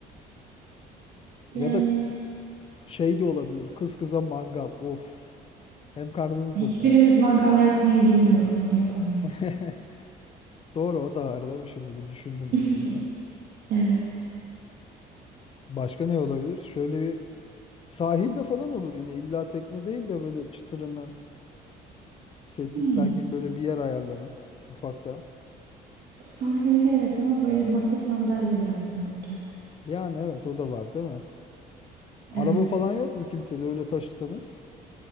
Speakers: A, on the right; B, on the left.
A: yani
B: ya da şey de olabilir kız kıza mangal of hem karnınız
A: hiçbirimiz
B: da doyar.
A: mangal yakmayı bilmiyoruz onu yapamayız.
B: <laughs> Doğru o da var değil mi şimdi bir düşündüm
A: <laughs>
B: böyle.
A: Evet.
B: <laughs> Başka ne olabilir? Şöyle bir sahilde falan olur yine illa tekne değil de böyle çıtırından sessiz
A: Hmm.
B: sakin böyle bir yer ayarlanır ufaktan.
A: Sahilde evet ama böyle masa sandalye lazım olacak.
B: Yani evet o da var değil mi? Araba
A: Evet.
B: falan yok mu kimsede öyle taşısanız?